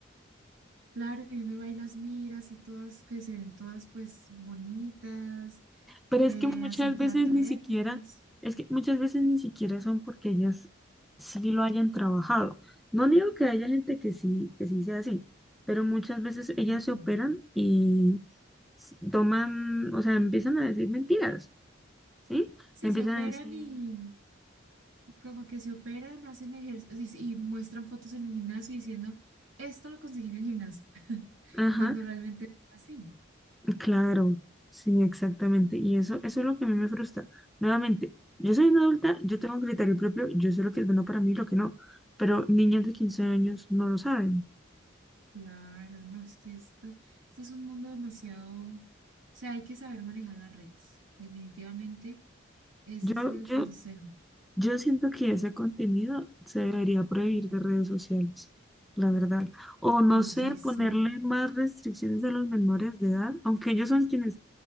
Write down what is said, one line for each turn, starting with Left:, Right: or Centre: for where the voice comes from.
Right: Claro, y uno iba y las miras y todas que se ven todas pues bonitas,
Centre: Pero
Right: eh,
Centre: es que muchas
Right: así que
Centre: veces
Right: atléticas.
Centre: ni siquiera, es que muchas veces ni siquiera son porque ellas sí lo hayan trabajado. No digo que haya gente que sí, que sí sea así, pero muchas veces ellas
Right: Ujú.
Centre: se operan y s- toman, o sea, empiezan a decir mentiras, ¿sí?
Right: Sí,
Centre: Empiezan
Right: se operan
Centre: a decir,
Right: y como que se operan, hacen ejercicios y muestran fotos en el gimnasio diciendo, esto lo conseguí en el gimnasio, <laughs>
Centre: ajá,
Right: cuando realmente no es así.
Centre: claro, sí, exactamente. Y eso, eso es lo que a mí me frustra. Nuevamente, yo soy una adulta, yo tengo un criterio propio, yo sé lo que es bueno para mí y lo que no, pero niñas de 15 años no lo saben.
Right: Claro, no, es que esto, es- esto es un mundo demasiado, o sea, hay que saber manejar las redes, definitivamente, ese
Centre: Yo,
Right: es el
Centre: yo,
Right: consejo.
Centre: yo siento que ese contenido se debería prohibir de redes sociales, la verdad. O no
Right: Oye,
Centre: sé, ponerle
Right: sí,
Centre: más restricciones a los menores de edad, aunque ellos son quienes